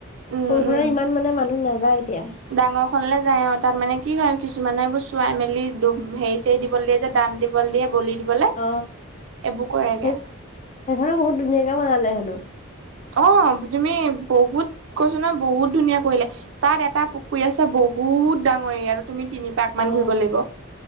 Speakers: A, on the right; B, on the left.
A: উম
B: সৰুখনত
A: উম
B: ইমান মানে মানুহ নাযায় এতিয়া
A: ডাঙৰ খনলে যায় অ তাত মানে কি হয় কিছুমানে এইবোৰ চোৱাই মেলি হেৰি চৰি দিব লে দিয়ে যে দান দিব লে দিয়ে দিবলে বলি
B: অ
A: এইবোৰ কৰেগে
B: সেই সেইখনো বহুত ধুনীয়াকে বনালে হেনো
A: অ তুমি বহুত কৈছো নহয় বহুত ধুনীয়া কৰিলে। তাত এটা পুখুৰী আছে বহুত ডাঙৰ এৰিয়াটো তুমি তিনি পাক
B: অ',
A: মান ঘুৰিব লাগিব।